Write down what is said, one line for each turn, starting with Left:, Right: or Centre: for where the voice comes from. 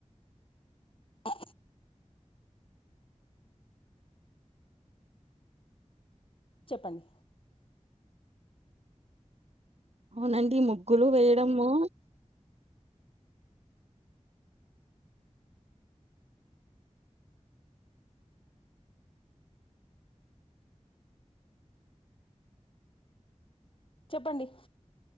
Left: ఆ చెప్పండి
Right: అవునండి ముగ్గులు వేయడము
Left: చెప్పండి